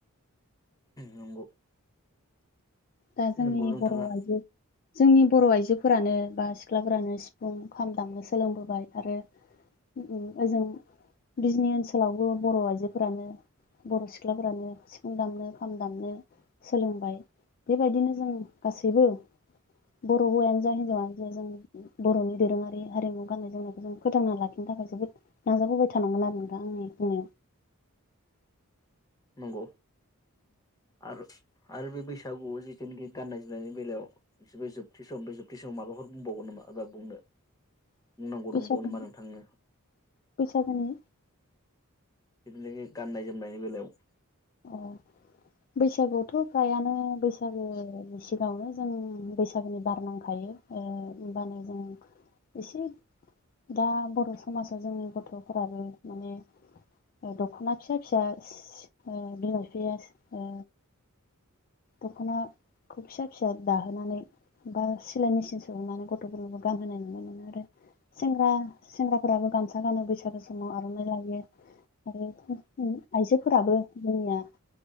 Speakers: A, on the left; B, on the left.
A: नंगौ।
B: दा जोंनि
A: नंगौ नोंथाङा
B: बर' आइजो जोंनि बर' आइजोफोरानो बा सिख्लाफोरानो सिफुं खाम दामनो सोलोंबोबाय आरो उम ओजों बिजनि ओनसोलावबो बर' आइजोफोरानो बर' सिख्लाफोरानो सिफुं दामनो खाम दामनो सोलोंबाय। बेबायदिनो जों गासैबो बर' हौवायानो जा हिनजावानो जा जों बर'नि दोरोङारि हारिमु गाननाय जोमनायखौ जों फोथांना लाखि नो थाखाय जोबोद नाजाबोबाय थानांगोन आरो नोंथां आंनि बुंनायाव।
A: नंगौ आरो आरो बे बैसागुआव जिथुनाखि गाननाय जोमनायनि बेलायाव बिसोरबो जोबथि सम बे जोबथि समाव माबाफोर बुंबावगोन नामा? माबा बुंनो
B: <inaudible>
A: बुंनांगौ
B: बैसागु
A: दंबावो नामा नोंथांनो?
B: बैसागोनि
A: जिथुनाखि गाननाय जोमनायनि बेलायाव
B: औ। बैसागुआवथ' फ्रायानो बैसागोनि सिगाङावनो जों बैसागोनि बार नांखायो। ओ होमबानो जों एसे दा बर' समाजाव जोंनि गथ'फोराबो माने ओ दख'ना फिसा फिसा ओ बिमा बिफाया ओ दख'ना खौ फिसा फिसा दाहोनानै बा सिलाय मेसिन सोनानै गथ'फोरनोबो गानहोनाय नुनो मोनो आरो सेंग्रा सेंग्राफोराबो गामसा गानो बैसा सागो समाव आर'नाइ लायो आरो <unintelligible> आइजोफोराबो जोंनिया